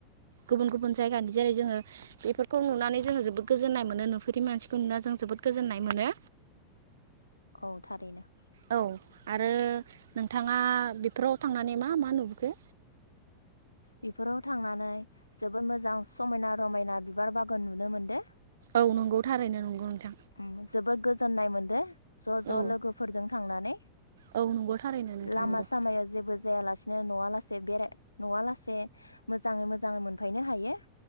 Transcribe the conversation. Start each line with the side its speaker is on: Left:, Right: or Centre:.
Right: गुबुन गुबुन जायगानि जेरै जोङो बेफोरखौ नुनानै जोङो जोबोद गोजोननाय मोनो नुफेरै मानसिखौ नुनानै जों जोबोद गोजोननाय मोनो।
Left: औ थारैनो।
Right: औ आरो नोंथाङा बेफोराव थांनानै मा मा नुबोखो?
Left: बेफोराव थांनानै जोबोद मोजां समायना रमायना बिबार बागान नुनो मोनदों।
Right: औ नंगौ थारैनो नंगौ नोंथां।
Left: उम जोबोद गोजोननाय मोनदो। ज ज
Right: औ
Left: लोगोफोरजों थांनानै
Right: औ नंगौ थारैनो नोंथां
Left: लामा
Right: नंगौ।
Left: सामायाव जेबो जायालासेनो बिदिनो नवा लासे बेराय नवा लासे मोजाङै मोजाङै मोनफैनो हायो।